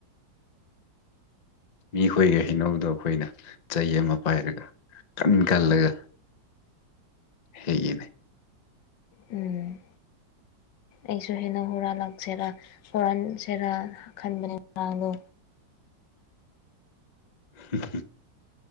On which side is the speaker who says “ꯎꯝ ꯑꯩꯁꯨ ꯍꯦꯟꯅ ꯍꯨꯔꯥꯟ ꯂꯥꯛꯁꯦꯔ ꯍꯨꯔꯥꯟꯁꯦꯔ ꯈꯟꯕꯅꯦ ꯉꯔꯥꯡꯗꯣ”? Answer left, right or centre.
Left